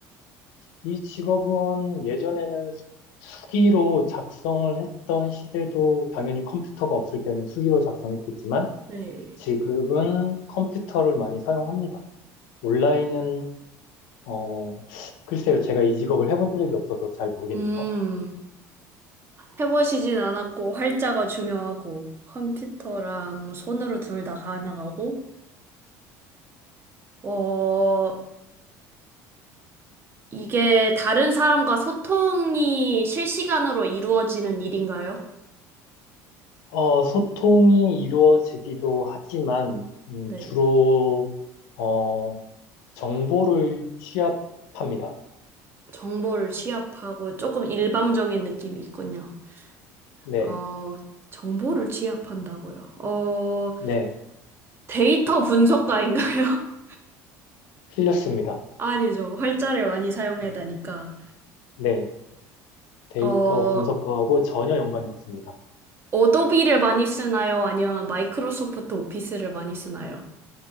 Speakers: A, on the left; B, on the right.
A: 이 직업은 예전에는 수- 수기로 작성을 했던 시대도 당연히 컴퓨터가 없을 때는 수기로 작성했겠지만
B: 네.
A: 지금은 컴퓨터를 많이 사용합니다. 온라인은 어 글쎄요 제가 이 직업을 해본 적이 없어서 잘 모르겠네요.
B: 음, 해보시진 않았고, 활자가 중요하고, 컴퓨터랑 손으로 둘 다 가능하고, 어, 이게 다른 사람과 소통이 실시간으로 이루어지는 일인가요?
A: 어 소통이 이루어지기도 하지만 음,
B: 네.
A: 주로 어 정보를 취합합니다.
B: 정보를 취합하고 조금 일방적인 느낌이 있군요.
A: 네,
B: 어, 정보를 취합한다고요. 어,
A: 네,
B: 데이터 분석가인가요? <laughs>
A: 틀렸습니다.
B: 아니죠. 활자를 많이 사용하다니까.
A: 네. 네. 데이터
B: 어,
A: 분석과하고 전혀 연관이 없습니다.
B: 어도비를 많이 쓰나요? 아니면 마이크로소프트 오피스를 많이 쓰나요?